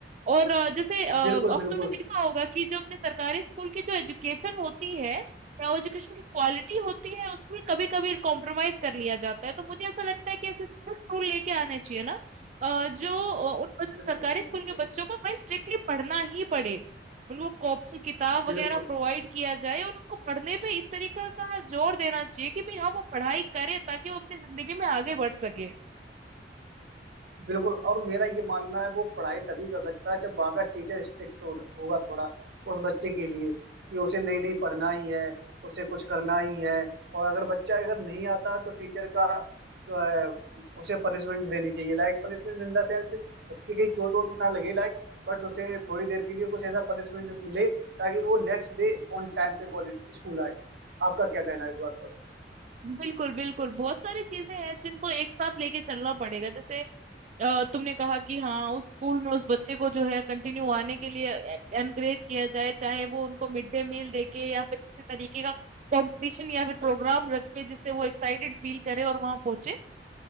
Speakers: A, on the right (about 40°); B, on the right (about 65°).
A: और अ, जैसे अ, अब
B: बिल्कुल बिल्कुल
A: तुमने देखा होगा कि जो अपने सरकारी स्कूल की जो एजुकेशन होती है या एजुकेशन की क्वालिटी होती है उसमें कभी कभी कॉम्प्रोमाइज कर लिया जाता है तो मुझे ऐसा लगता है कि ऐसे स्ट्रिक्ट रूल लेके आने चाहिए ना अ, जो अ, उन बच-
B: बिल्कुल
A: सरकारी
B: बिल्कुल
A: स्कूल के बच्चों को भाई स्ट्रिक्टली पढ़ना ही पड़े उनको कॉपी किताब
B: बिल्कुल
A: वगैरह प्रोवाइड किया जाए और उनको पढ़ने पे इस तरीके का जोर देना चाहिए कि भाई हाँ वो पढ़ाई करे ताकि वो अपनी जिंदगी में आगे बढ़ सके
B: बिल्कुल और मेरा ये मानना है वो पढ़ाई तभी कर सकता है जब वहाँ का टीचर स्ट्रिक्ट हो, होगा थोड़ा उस बच्चे के लिए कि उसे नहीं नहीं पढ़ना ही है उसे कुछ करना ही है और अगर बच्चा अगर नहीं आता है, तो टीचर का अ, उसे पनिशमेंट देनी चाहिए like punishment in the sense उसकी कहीं चोट वोट ना लगे लाइक बट उसे थोड़ी देर के लिए कुछ ऐसा पनिशमेंट मिले ताकि वो नेक्स्ट डे ऑन टाइम पे कॉलेज स्कूल आए आपका क्या कहना है इस बात पर
A: बिल्कुल बिल्कुल बहुत सारी चीजें हैं जिनको एक साथ लेके चलना पड़ेगा जैसे अ, तुमने कहा कि हाँ उस स्कूल में उस बच्चे को जो है कंटिन्यू आने के लिए एनकरेज किया जाए चाहे वो उनको मिड डे मील देके या फिर किसी तरीके का कंपटीशन या फिर प्रोग्राम रख के जिससे वो एक्साइटेड फील करे और वहां पहुंचे